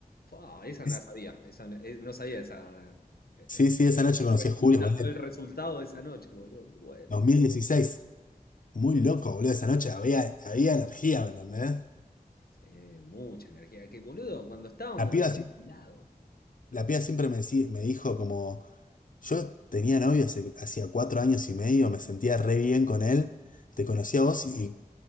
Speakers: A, on the left; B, on the left.
A: Fua, esa
B: Es-
A: no la sabía, esa no, eh, no sabía esa, eh,
B: Sí,
A: eh,
B: sí, esa noche conocí
A: resulta-
B: a Julia, boludo,
A: el resultado de esa noche, boludo. Muy bueno.
B: 2016. Muy loco, boludo, esa noche había, había energía, ¿me entendés?
A: Sí, mucha energía. Que, boludo, cuando estábamos
B: La piba,
A: muy
B: sí-
A: agilados,
B: la piba siempre me, decí- me dijo como, yo tenía novio hace- hacía cuatro años y medio, me sentía re bien con él, te conocí a vos y